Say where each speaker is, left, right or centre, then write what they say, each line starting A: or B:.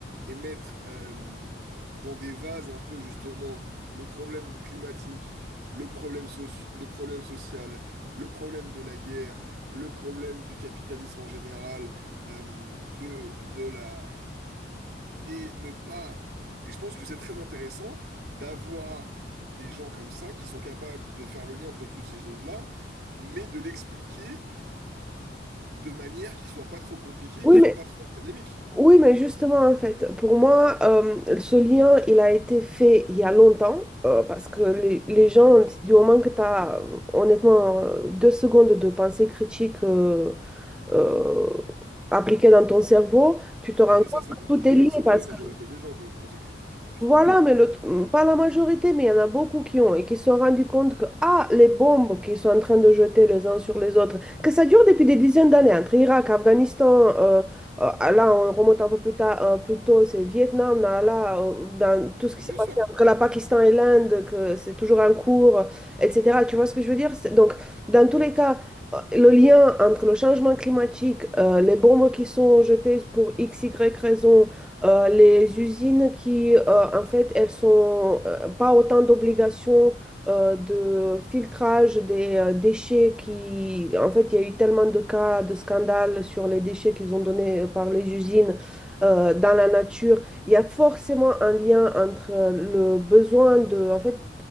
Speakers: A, on the right; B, in the centre.
A: et mettre euh, dans des vases un peu justement le problème climatique, le problème soci- le problème social, le problème de la guerre, le problème du capitalisme en général, euh, de, de la et ne pas. Et je pense que c'est très intéressant d'avoir des gens comme ça qui sont capables de faire le lien entre toutes ces choses-là, mais de l'expliquer de manière qui soit pas trop compliquée,
B: Oui,
A: qui soit
B: mais
A: pas trop académique.
B: Oui, mais justement, en fait, pour moi, euh, ce lien, il a été fait il y a longtemps, euh, parce que les, les gens, du moment que tu as, honnêtement, euh, deux secondes de pensée critique euh, euh, appliquée dans ton cerveau, tu te rends
A: Bah, mais
B: compte
A: ça, c'est
B: que
A: compliqué,
B: tout est lié,
A: hein. C'est
B: parce
A: pas la majorité
B: que
A: des gens qui ont une pensée critique, hein, Excuse-moi.
B: voilà, mais le- mm, pas la majorité, mais il y en a beaucoup qui ont et qui se sont rendus compte que, ah, les bombes qu'ils sont en train de jeter les uns sur les autres, que ça dure depuis des dizaines d'années, entre Irak, Afghanistan, euh, euh, là, on remonte un peu plus tard, euh, plus tôt, c'est Vietnam, là, là, euh, dans tout ce
A: Mais
B: qui
A: bien
B: s'est passé
A: sûr,
B: entre la Pakistan et l'Inde, que c'est toujours en cours, euh, etc. Tu vois ce que je veux dire? C'est- Donc, dans tous les cas, euh, le lien entre le changement climatique, euh, les bombes qui sont jetées pour x, y raison, euh, les usines qui, euh, en fait, elles sont euh, pas autant d'obligations euh, de filtrage des euh, déchets qui, en fait, il y a eu tellement de cas de scandales sur les déchets qu'ils ont donnés euh, par les usines euh, dans la nature. Il y a forcément un lien entre euh, le besoin de, en fait,